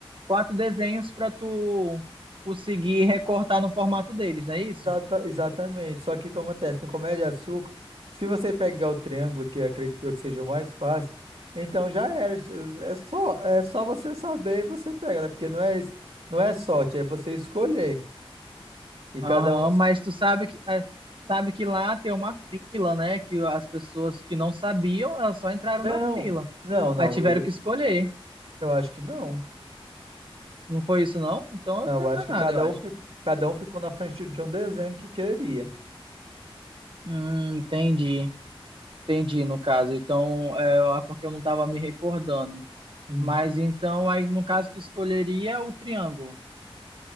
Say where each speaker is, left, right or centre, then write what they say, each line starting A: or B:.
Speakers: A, on the right; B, on the right.
A: quatro desenhos para tu conseguir recortar no formato deles, não é isso?
B: Exata- exatamente. Só que o que acontece? No Comédia de Açúcar, se você pegar o triângulo, que eu acredito eu que seja o mais fácil, então já era. É só, é só você saber e você pega, né? Porque não é, es- não é sorte, é você escolher. E
A: Aham,
B: cada um. es-
A: mas tu sabe que ah, sabe que lá tem uma fila, né? Que as pessoas que não sabiam, elas só entraram
B: Não,
A: na fila.
B: não, não.
A: Aí tiveram
B: Eu,
A: que escolher.
B: eu acho que não.
A: Não foi isso, não? Então eu
B: Eu
A: tô
B: acho
A: enganado,
B: que cada
A: eu acho.
B: um, fi- cada um ficou na frente de um desenho que queria.
A: Hum, entendi. Entendi, no caso. Então, é ah, porque eu não tava me recordando.
B: Uhum.
A: Mas então, aí no caso, tu escolheria o triângulo.